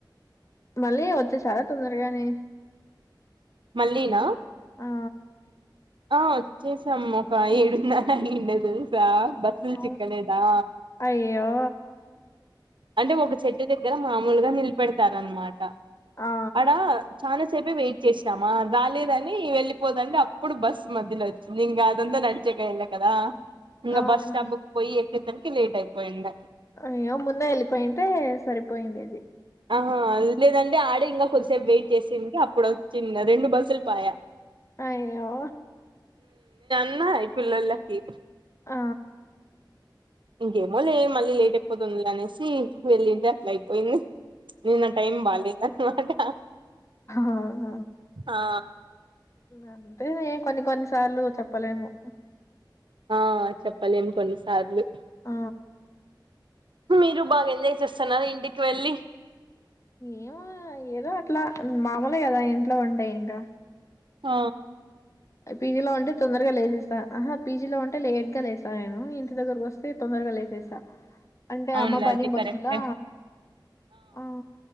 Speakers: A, on the left; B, on the right.
A: మళ్ళీ వచ్చేసారా తొందరగానే
B: మళ్లి నా
A: ఆ
B: ఆ వచ్చేసాము ఒక ఏడున్నర అయ్యుండ తెలుసా బస్సుల్
A: అవు
B: చికలేదా
A: అయ్యో
B: అంటే ఒక చెట్టు దగ్గర మామూలుగా నిలపెడతారనమాట
A: ఆ
B: అడ చాల చెప్పి వెయిట్ చేసినామా రాలేదని వెళ్ళిపోదండి అప్పుడు బస్సు మధ్యలో వచ్చింది ఇంకా అదంతా నడిచి వెళ్ళ కదా ఇంకా
A: అవును
B: బస్ స్టాపుకి పోయి ఎక్కి తరకి లేట్ అయిపోయింద
A: అయ్యో ముందే వెళ్ళిపోయింటే సరిపోయిండేది
B: ఆహా లేదండి ఆడే ఇంకా కొద్దిసేపు వెయిట్ చేసింటే అప్పుడు వచ్చింది రెండు బస్సులు పాయా
A: అయ్యో
B: న్నా పిల్లలకి
A: ఆ
B: ఇంకేమో లే మళ్ళీ లేట్ అయిపోతుంది లే అనేసి వెళ్ళింటే అట్లా అయిపోయింది నిన్న టైమ్ బాలేదనమాట
A: అవున
B: ఆ
A: అదే కొన్ని కొన్ని సార్లు చెప్పలేము
B: ఆ చెప్పలేం కొన్నిసార్లు
A: ఆ
B: మీరు బాగా ఎంజాయ్ చేస్తున్నార ఇంటికి వెళ్ళి
A: ఏమో ఏదో అట్లా మామూలే కదా ఇంట్లో ఉంటే ఇంకా
B: ఆ
A: పీజీలో ఉంటే తొందరగా లేసేస్త ఆహా పీజీలో ఉంటే లేట్గా లేస్తాను నేను ఇంటి దగ్గరకు వస్తే తొందరగా లే లేసేస్త అంటే
B: అవునులే
A: అమ్మ పనికి
B: అది
A: పోతుందా
B: కరెక్టే
A: ఆ